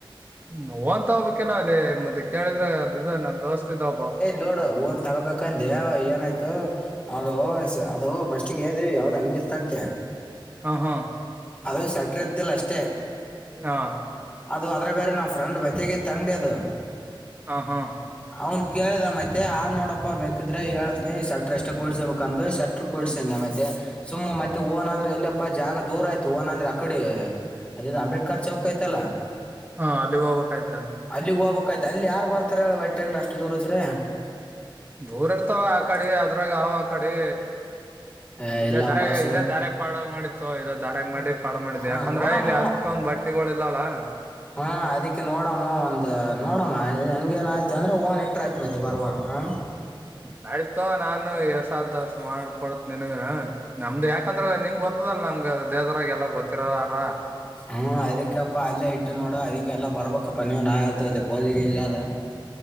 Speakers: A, on the right; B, on the left.
A: ನೋ ಅಂತ ಹಬ್ಬಕ್ಕೆಲ್ಲ ಅಲ್ಲಿ ಮತ್ತೆ ಕೇಳಿದ್ರೆ ಅದು ನಮ್ ದೋಸ್ತ ಇದ ಒಬ್ಬ
B: ನೋಡು ಹ ಓನ್ ತಗೋಬೇಕಂದೆ ಏನಾಯ್ತು ಅದ ಅದ ಪಫಸ್ಟಗೆ ಹೇಳ್ದ ಯಾವ್ದ್ ಅಂಗಡಿ ಇತ್ತಂತೆ
A: ಹಾ ಹಾ
B: ಅದು ಸೆಟ್ರದ್ದಿಲ್ಲ ಅಷ್ಟು
A: ಹಾ
B: ಅದು ಅ್ರ ಬೇರೆ ನಾವ್ ಫ್ರೆಂಡ್ ಬತೆಗ ತಂಗಡಿ ಅದು
A: ಹಾ ಹಾ
B: ಅವನ್ ಕೇಳಿದ ಮತ್ತೆ ಆ ನೋಡಪ್ಪ ಬೇಕಿದ್ರೆ ಹೇಳತ್ನಿ ಶತೃ ಎಷ್ಟೇ ಕೂಡ್ಸಬೇಕಕ್ ಅಂದ ಶತೃ ಕುಡ್ಸ ಮತ್ತೆ ಸುಮ್ಮ್ ಮತ್ತೆ ಓನ್ಂದ್ರೆ ಇಲ್ಲಿಪ್ಪಾ ಜಾಗ ದೂರ ಆಯ್ತು ಓನ್ ಅಂದ್ರೆ ಅಡೆ ಅದ ಅಂಬೇಡ್ಕರ್ ಚೌಕ್ ಯ್ತಲ್ಲಾ
A: ಹಾ ಅಲ್ಲಿಗೆೋಗ್ಕ್ ಆಯ್ತಾನ
B: ಅಲ್ಲಿಗ್ ಹೋಗ್ಬೇಕಯ್ತ ಅಲ್ಲಿ ಯಾರ ಬರ್ತಾರ ಹೇಳು ವೈಟಿಂಗ್ ಅಷ್ಟು ದೂರ ಇದ್ರೆ.
A: ಬೂರ್ ಇರ್ತಾವ ಆ ಕಡೆ ಅದ್ರಾಗ ಅವ ಆ ಕಡೆ
B: ಏ
A: ಇಲ್ಲೇ
B: ಇಲ್ಲಪ್ಪಾ
A: ದಾರ
B: ಸುಮ್
A: ಇಲ್ಲೇ ದಾರ ಪಾಡ ಮಾಡಿತ್ತು ಇಲ್ಲ ದಾರ ಮಾಡಿ ಪಾಡ ಮಾಡಿದ್
B: ಹಾ
A: ಯಾಕಂದ್ರೆ
B: ನೋಡಮ್ಮ
A: ಇಲ್ಲಿ ಅಷ್ಟೊಂದ ಬಟ್ ತಿಗೋಳ ಈಲ್ಲಲ್ಲಾ
B: ಹಾ ಅದಿಕ್ಕೆ ನೋಡಮ್ಮ ಒಂದ್ ನೋಡಮ್ಮ ಹಂಗೇನ್ ಆಯ್ತ. ತಾರಾ ಓನ್ ಎಟ್ರ ಐತ ಮತ್ತೆ ಬರವರ ಹಾ
A: ನಯತೋ ನಾನು ಏಸ್ಟು ಆಗುತೋ ಅಷ್ಟು ಮಾಡಕೊಡ್ ನೆನಾಗ ನಮ್ದು ಯಾಕಂದ್ರೆ ನಿಮ್ ಗೊತ್ತದಲ್ಲ ನಮ್ಗೆ ದೇವದ್ರಾಗ ಎಲ್ಲ ಗೊತ್ತಿರಾರ
B: ಹ ಅದಕ್ಕಪ್ಪ ಅಲ್ಲೇ ಇಟ್ಟು ನೋಡು ಅದಕ್ಕೆಲ್ಲ ಬರ್ಬೇಕಪ್ಪ ನೀವುಾದು ಅದು ಪೋಜಿಗೆ ಇಲ್ಲ ಅದು